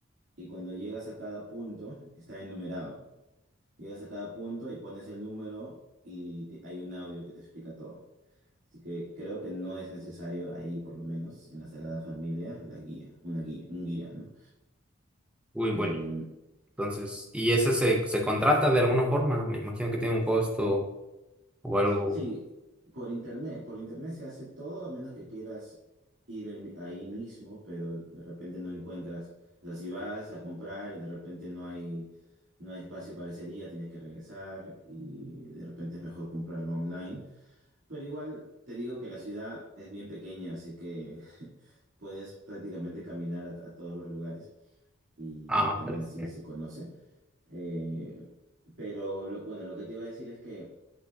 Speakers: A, on the right; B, in the centre.
A: y cuando llegas a cada punto está enumerado. Llegas a cada punto y pones el número y te- hay un audio que te explica todo. Así que creo que no es necesario ahí, por lo menos en la Sagrada Familia, la guía, una guía, un guía, ¿no?
B: Uy,
A: Em,
B: Entonces, y ese se, se contrata de alguna forma, me imagino que tiene un costo o algo.
A: Sí, por internet, por internet se hace todo a menos que quieras ir en- ahí mismo, pero de repente no encuentras, o sea, si vas a comprar y de repente no hay, no hay espacio para ese día, tienes que regresar y de repente es mejor comprarlo online. Pero igual te digo que la ciudad es bien pequeña, así que <laughs> puedes prácticamente caminar a, a todos los lugares y
B: Ah,
A: también
B: perfecto.
A: así se conoce. Eh, pero lo, bueno, lo que te iba a decir es que...